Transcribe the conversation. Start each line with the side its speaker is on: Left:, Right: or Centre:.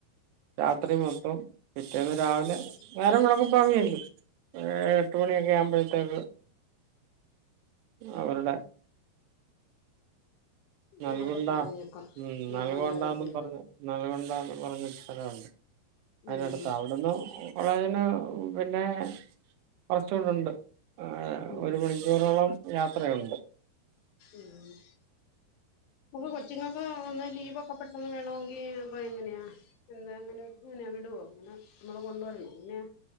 Right: രാത്രി
Left: ഉം
Right: മൊത്തം പിറ്റേന്ന് രാവിലെ
Left: ഉം
Right: നേരം വിളക്ക പോങ്ങിയല്ലും എട്ട് മണിയൊക്കെ ആുമ്പ ്പഴത്തേക്ക് അവരുടെ
Left: ഉം
Right: നൽകണ്ട
Left: അവിടെത്തില്ലേക്ക
Right: ഉ
Left: നിർബന്ധമായിട്ടുണ്ട്
Right: നൽകോണ്ടാും പറഞ്ഞ നൽകൊണ്ടാന്ന് പറഞ്ഞ തഥലംുണ്ട് അതിടുത്ത്
Left: ഉം
Right: അവിടന്ന് കോളേജന് പിന്നെ കുറച്ചുകൂടുണ്ട് ആ
Left: ഉം
Right: ഒരു മണിക്കൂറോളം യാത്രയുണ്ട്
Left: ഉം <unintelligible> നമുക്ക് കൊച്ചിങ്ങൾക്ക് ഒന്ന് ലീവ് ഒക്കെ പെട്ടെന്ന് വേണമെങ്കിൽപ്പ എങ്ങനെയാ എന്താങ്ങങ്ങന വിടുവോ അങ്ങനെ നമ്മളെ കൊണ്ടുവരണംേ ഇങ്ങനെയ